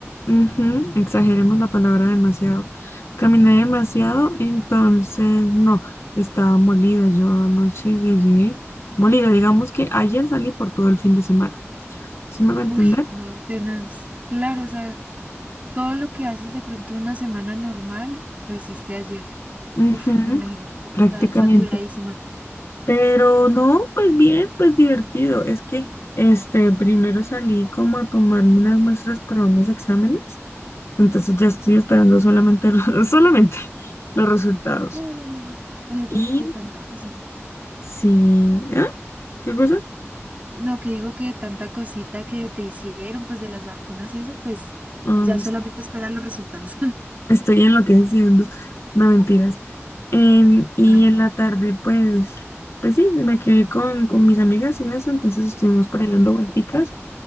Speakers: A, on the left; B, on the right.
A: Ujú, exageremos la palabra demasiado. Caminé demasiado, entonces, no, estaba molida. Yo anoche llegué molida, digamos que ayer salí por todo el fin de semana. ¿Sí me va a entender?
B: Uy, no tenaz. Claro, o sea, todo lo que haces de pronto en una semana normal, lo hiciste ayer.
A: Ujú,
B: Uf, me imagino, cómo
A: prácticamente.
B: estás saturadísima.
A: Pero no, pues bien, pues divertido. Es que este primero salí como a tomarme unas muestras para unos exámenes. Entonces ya estoy esperando solamente los, <laughs> solamente los resultados.
B: No, no, no, no, ya detesté
A: Y
B: tanta cosita.
A: sí, ¿ah? ¿Qué cosa?
B: No, que digo que tanta cosita que te hicieron, pues de las vacunas y eso, pues
A: Ay,
B: ya solamente
A: sí,
B: esperar los resultados.
A: estoy enloqueciendo. No mentiras. Em, y
B: <laughs> Ay,
A: en
B: no.
A: la tarde, pues, pues sí, me quedé con, con mis amigas y eso, entonces estuvimos por ahí dando vuelticas.